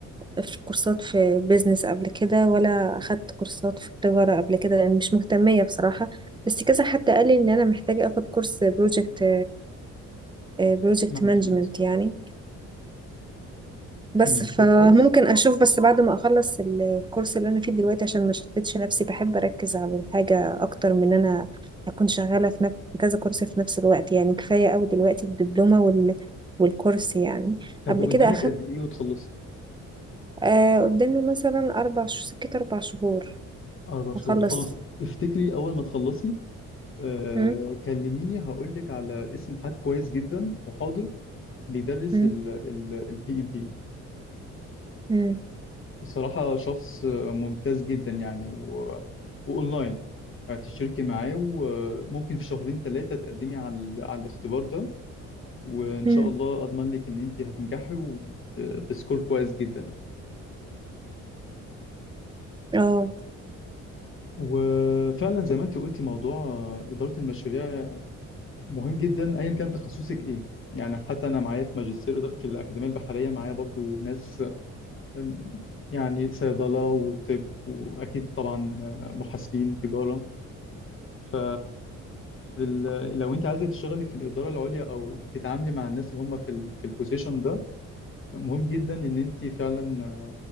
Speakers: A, on the right; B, on the left.
A: في كورسات في بيزنس قبل كده ولا أخدت كورسات في التجارة قبل كده لأن مش مهتمية بصراحة بس كذا حد قال لي إن أنا محتاجة أخد كورس بروجكت بروجكت
B: مانجمنت
A: مانجمنت يعني بس
B: امم
A: فممكن
B: طب كويس
A: اشوف بس بعد ما اخلص الكورس اللي انا فيه دلوقتي عشان ما شتتش نفسي بحب اركز على الحاجه اكتر من ان انا اكون شغاله في نفس في كذا كورس في نفس الوقت يعني كفايه قوي دلوقتي الدبلومه وال والكورس يعني
B: طب
A: قبل
B: وقدامك
A: كده اخدت
B: قد إيه وتخلصي؟
A: آه قدامي مثلا اربع ش- سكت اربع شهور
B: أربع شهور
A: واخلص
B: خلاص افتكري أول ما تخلصي آه،
A: مم،
B: كلميني هقول لك على اسم حد كويس جدا محاضر بيدرس
A: مم،
B: البي إم بي
A: مم،
B: الصراحة شخص آه، ممتاز جدا يعني و... وأونلاين هتشتركي معاه وممكن في شهرين ثلاثة تقدمي على على الاختبار ده وان
A: مم،
B: شاء الله اضمن لك ان انت هتنجحي وب- بسكور كويس جدا
A: اه
B: وفعلا زي ما انت قلتي موضوع اداره المشاريع مهم جدا ايا كان تخصصك ايه يعني حتى انا معايا في ماجستير إدارة- في الاكاديميه البحريه معايا برضو ناس أم، يعني صيدله وطب واكيد طبعا محاسبين تجاره ف في ال- لو انت عايزه تشتغلي في الاداره العليا او تتعاملي مع الناس اللي هم في ال- في البوزيشن ده مهم جدا ان انت فعلا